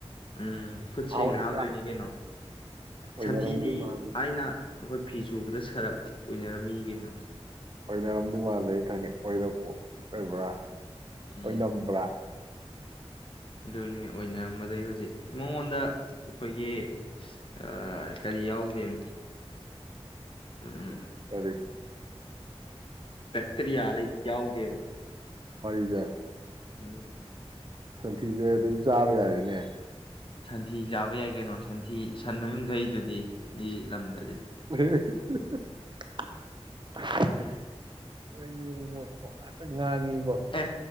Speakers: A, on the left (about 50°); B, on the right (about 45°).
A: ꯎꯝ ꯈꯨꯠ ꯁꯦꯡꯅ
B: ꯍꯥꯎꯅ
A: ꯍꯥꯝꯗꯣꯏꯅꯤ
B: ꯏꯕ꯭ꯔꯥ
A: ꯀꯩꯅꯣ
B: ꯑꯣꯏꯅꯔꯝꯗꯣꯏ
A: ꯁꯟꯊꯤꯗꯤ
B: ꯃꯥꯜꯂꯤ
A: ꯊꯥꯏꯅ ꯑꯩꯈꯣꯏ ꯐꯤ ꯁꯨꯕꯗ ꯁꯔꯞ ꯑꯣꯏꯅꯔꯝꯃꯤꯅꯤ ꯀꯩꯅꯣ
B: ꯑꯣꯏꯅꯔꯝꯗꯣꯏ ꯃꯥꯜꯂꯦ ꯑꯩ ꯈꯪꯉꯦ ꯑꯣꯏꯔꯝ ꯑꯣꯏꯕ꯭ꯔꯥ
A: ꯎꯝ
B: ꯑꯣꯏ ꯅꯝꯕ꯭ꯔꯥ
A: ꯑꯗꯨꯅꯤ ꯑꯣꯏꯅꯔꯝꯕꯗꯩ ꯍꯧꯖꯤꯛ ꯃꯉꯣꯟꯗ ꯑꯩꯈꯣꯏꯒꯤ ꯑ ꯀꯔꯤ ꯌꯥꯎꯗꯦ ꯎꯝ ꯎꯝ
B: ꯀꯔꯤ
A: ꯄꯦꯛꯇꯔꯤꯌꯥ ꯂꯩꯩ ꯌꯥꯎꯗꯦꯅ
B: ꯃꯔꯤꯗ
A: ꯎꯝ
B: ꯁꯟꯊꯤꯁꯦ ꯑꯗꯨꯗꯤ ꯆꯥꯕ ꯌꯥꯔꯦꯅꯦ
A: ꯁꯟꯊꯤ ꯆꯥꯕ ꯌꯥꯏ ꯀꯩꯅꯣ ꯁꯟꯊꯤ ꯁꯟ ꯃꯌꯨꯡꯊꯛꯏꯗꯨꯗꯤ ꯃꯤ ꯂꯝꯗꯗꯤ
B: <unintelligible> ꯇ ꯉꯥꯡꯒꯤ
A: ꯑꯦ